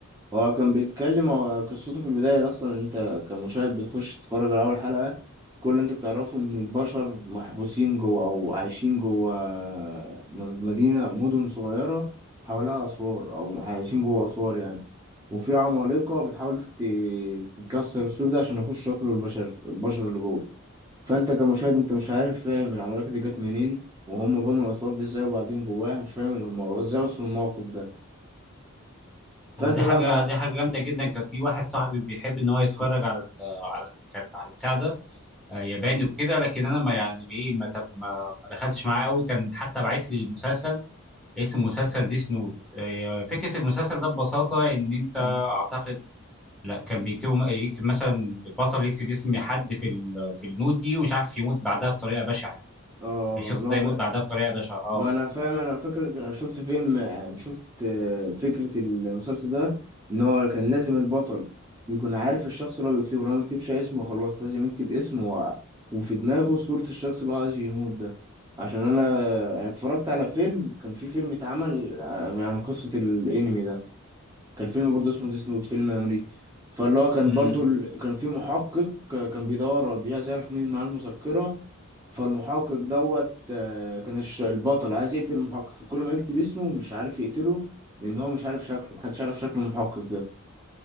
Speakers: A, on the right; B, in the centre.
A: هو كان بيتكلم هو قصته في البداية أصلا إن أنت كمشاهد بتخش تتفرج على أول حلقة كل اللي أنت بتعرفه إن البشر محبوسين جوه أو عايشين جوه م- مدينة مدن صغيرة حواليها أسوار أو عايشين جوه أسوار يعني وفي عمالقة بتحاول ت- تكسر السور ده عشان يخشوا ياكلوا البشر البشر اللي جوه فأنت كمشاهد أنت مش عارف فاهم العمالقة دي جت منين وهم بنوا الأسوار دي إزاي وبعدين جواها مش فاهم هم إزاي وصلوا للموقف ده فأنت
B: هو دي
A: بقى
B: حاجه
A: مع
B: دي حاجه جامده جدا كان في واحد صاحبي بيحب ان هو يتفرج على ال... على ال... على البتاع ده آه، ياباني وكده لكن انا ما يعني ايه ما, تب... ما... ما دخلتش معاه قوي كان حتى بعت لي مسلسل اسم مسلسل ديس نوت آه، فكرة المسلسل ده ببساطة إن أنت
A: مم.
B: أعتقد لا كان بيكتبوا يكتب مثلا البطل يكتب اسم حد في ال- في النوت دي ومش عارف يموت بعدها بطريقة بشعة
A: اه
B: الشخص
A: لا
B: ده يموت
A: كان
B: بعدها بطريقة بشعة اه
A: ما انا فاهم انا فاكر انا شفت فيلم يعني شفت آه، فكرة المسلسل ده ان هو كان لازم البطل يكون عارف الشخص اللي هو بيكتبه لو ما يكتبش اسمه خلاص لازم يكتب اسمه و... وفي دماغه صورة الشخص اللي هو عايز يموت ده عشان انا أنا اتفرجت على فيلم كان في فيلم اتعمل آه، عن قصة الانمي ده كان فيلم برضه اسمه ديس نوت فيلم امريكي فاللي هو كان
B: ودي-
A: برضه ال... كان في محقق آه، كان بيدور على- عايز يعرف مين معاه المذكرة فالمحقق دوت آه، كان الش- البطل عايز يقتل المحقق فكل ما يكتب اسمه مش عارف يقتله لان هو مش عارف شكله محدش عارف شكل المحقق ده